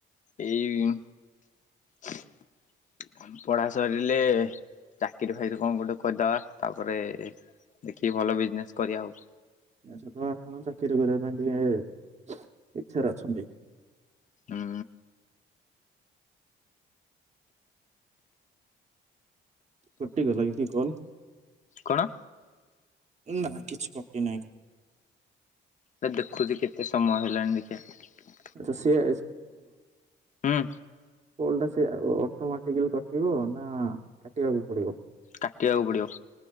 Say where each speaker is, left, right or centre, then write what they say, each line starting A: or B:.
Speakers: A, on the left; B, on the right.
A: ଏଇ ଚୁ ପଢା ସରିଲେ ଚାକିରିଫାକିରି କଣ ଗୋଟେ କରିଦବା ତାପରେ ଦେଖିକି ଭଲ ବିଜନେସ୍ କରିବା ଆଉ।
B: ଆଛା ତ ଆପଣ ଚାକିରି କରିବା ପାଇଁ ଟିକେ ଇଛାରେ ଅଛନ୍ତି?
A: ଉଁ
B: କଟି ଗଲା କି କି କଲ?
A: କଣ?
B: ନା କିଛି କଟି ନାହିଁ।
A: ଏ ଦେଖୁଛି କେତେ ସମୟ ହେଲାଣି ଦେଖିବା,
B: ଆଚ୍ଛା ସିଏ
A: ହୁଁ।
B: କଲଟା ସେ ଅଟୋମେଟିକାଲି କଟିବ ନା କାଟିବାକୁ ପଡିବ?
A: କାଟିବାକୁ ପଡିବ।